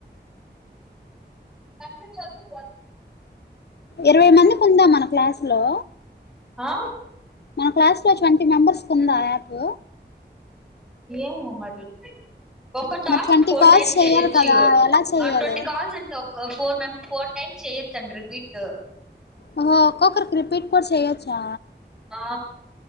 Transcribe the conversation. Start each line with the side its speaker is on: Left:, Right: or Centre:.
Centre: గట్లే చదువు కోను
Left: ఇరవై మందికి ఉందా మన క్లాసు లో
Centre: ఆ
Left: మన క్లాస్ లో ట్వంటీ మెంబర్స్ కు ఉందా ఆ యాప్
Centre: ఏమో మరి ఒక task
Left: మరి twenty
Centre: four
Left: calls
Centre: times
Left: చెయ్యాలి
Centre: చెయ్యొచ్చు
Left: కదా ఎలా చెయ్యాలి
Centre: ఆ ట్వంటీ కాల్స్ ఏంటో ఒక్క ఫోర్ మెం ఫోర్ టైమ్స్ చేయాచ్చు అన్ రిపీట్
Left: ఓహో ఒక్కొక్కరికి రిపీట్ కూడ చేయొచ్చా
Centre: ఆ